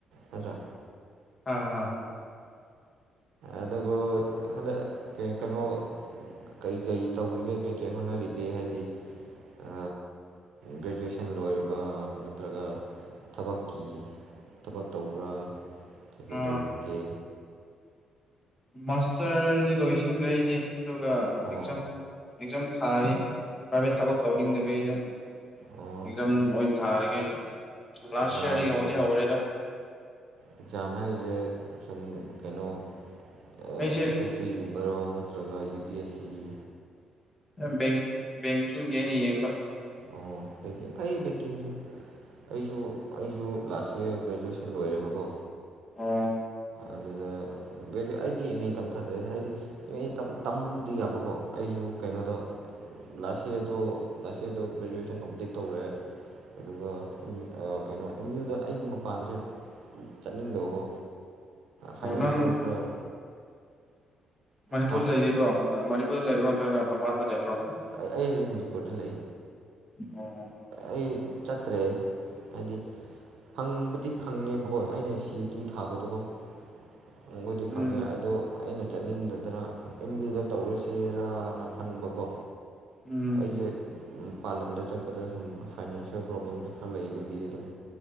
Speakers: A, on the right; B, on the left.
A: ꯍꯖ꯭ꯔꯥ
B: ꯍꯥ ꯍꯥ
A: ꯑꯗꯨꯕꯨ ꯍꯟꯗꯛ ꯀ ꯀꯩꯅꯣ ꯀꯩꯀꯩ ꯇꯧꯔꯤꯒꯦ ꯀꯩꯀꯩ ꯍꯣꯠꯅꯔꯤꯒꯦ ꯍꯥꯏꯗꯤ ꯑ ꯒ꯭ꯔꯦꯖꯨꯑꯦꯁꯟ ꯂꯣꯏꯔꯕ ꯅꯠꯇ꯭ꯔꯒ ꯊꯕꯛꯀꯤ ꯊꯕꯛ ꯇꯧꯕ꯭ꯔꯥ ꯀꯩꯀꯩ
B: ꯑ
A: ꯇꯧꯔꯤꯕꯒꯦ
B: ꯃꯥꯁꯇꯔꯗꯤ ꯂꯣꯏꯁꯤꯟꯈ꯭ꯔꯦ ꯑꯩꯗꯤ ꯑꯗꯨꯒ
A: ꯑꯣ
B: ꯑꯦꯛꯖꯥꯝ ꯑꯦꯛꯖꯝ ꯊꯥꯔꯤꯌꯦ ꯄ꯭ꯔꯥꯏꯚꯦꯠ ꯊꯕꯛ ꯇꯧꯅꯤꯡꯗꯕꯒꯤ ꯑꯗꯨꯝ
A: ꯑꯣ
B: ꯑꯦꯛꯖꯝ ꯑꯣꯏꯟ ꯊꯥꯔꯒꯦꯅ ꯂꯥꯁ
A: ꯑꯦꯛꯖꯥꯝ
B: ꯏꯌꯥꯔꯗꯤ ꯌꯧꯗꯤ ꯍꯧꯔꯦꯗ
A: ꯑꯦꯛꯖꯥꯝ ꯍꯥꯏꯔꯤꯁꯦ ꯁꯨꯝ ꯀꯩꯅꯣ ꯑꯦꯁ
B: ꯑꯩꯁꯦ
A: ꯑꯦꯁ ꯏꯒꯨꯝꯕꯔꯣ ꯅꯠꯇ꯭ꯔꯒ ꯌꯨ ꯄꯤ ꯑꯦꯁ ꯁꯤꯒꯤ
B: ꯕꯦꯡ ꯕꯦꯡꯀꯤꯡꯒꯤ ꯑꯩꯅ ꯌꯦꯡꯕ
A: ꯑꯣ ꯐꯩ ꯕꯦꯡꯀꯤꯡꯁꯨ ꯑꯩꯁꯨ ꯑꯩꯁꯨ ꯂꯥꯁ ꯏ꯭ꯌꯔ ꯒ꯭ꯔꯦꯖꯨꯋꯦꯁꯟ ꯂꯣꯏꯔꯦꯕꯀꯣ
B: ꯑꯣ
A: ꯑꯗꯨꯗ ꯒ꯭ꯔꯦꯖꯨꯋꯦꯠ ꯑꯩꯗꯤ ꯑꯦꯝ ꯑꯦ ꯇꯝꯊꯗ꯭ꯔꯦ ꯍꯥꯏꯗꯤ ꯑꯦꯝ ꯑꯦ ꯇꯝ ꯇꯝꯕꯕꯨꯗꯤ ꯌꯥꯕꯀꯣ ꯑꯩꯖꯨ ꯀꯩꯅꯣꯗ ꯂꯥꯁ ꯏꯌ꯭ꯔꯗꯣ ꯂꯥꯁ ꯌꯔꯗꯣ ꯒ꯭ꯔꯦꯖꯨꯑꯦꯁꯟ ꯀꯝꯄ꯭ꯂꯤꯠ ꯇꯧꯔꯦ ꯑꯗꯨꯒ ꯀꯩꯅꯣ ꯑꯦꯝ ꯌꯨꯗ ꯑꯩꯒꯤ ꯃꯄꯥꯟꯖꯦ ꯆꯠꯅꯤꯡꯗꯕꯀꯣ ꯐꯥꯏꯅꯥꯟꯁꯨ
B: ꯑꯣ ꯅꯪ
A: ꯈꯔ
B: ꯃꯅꯤꯄꯨꯔꯗ
A: ꯍꯥ
B: ꯂꯩꯔꯤꯕ꯭ꯔꯣ ꯃꯅꯤꯄꯨꯔꯗ ꯂꯩꯕ꯭ꯔꯣ ꯅꯠꯇ꯭ꯔꯒꯅ ꯃꯄꯥꯟꯗ ꯂꯩꯕ꯭ꯔꯣ
A: ꯑꯥ ꯑꯩ ꯍꯧꯖꯤꯛ ꯃꯅꯤꯄꯨꯔꯗ ꯂꯩ
B: ꯑꯣ
A: ꯑꯩ ꯆꯠꯇ꯭ꯔꯦ ꯍꯥꯏꯗꯤ ꯐꯪꯕꯗꯤ ꯐꯪꯉꯦꯕꯀꯣ ꯑꯩꯅ ꯁꯤ ꯌꯨ ꯇꯤ ꯊꯥꯕꯗꯣꯀꯣ ꯐꯪꯕꯨꯗꯤ ꯐꯪꯉꯦ
B: ꯎꯝ
A: ꯑꯗꯣ ꯑꯩꯅ ꯆꯠꯅꯤꯡꯗꯗꯅ ꯑꯦꯝ ꯌꯨꯗ ꯇꯧꯔꯁꯦꯔꯅ ꯈꯟꯕꯀꯣ
B: ꯎꯝ
A: ꯑꯩꯖꯦ ꯃꯄꯥꯟꯂꯝꯗ ꯆꯠꯄꯗ ꯁꯨꯝ ꯐꯥꯏꯅꯤꯟꯁꯤꯌꯦꯜ ꯄ꯭ꯔꯣꯕ꯭ꯂꯦꯝ ꯈꯔ ꯂꯩꯕꯒꯤ ꯑꯗꯨꯝ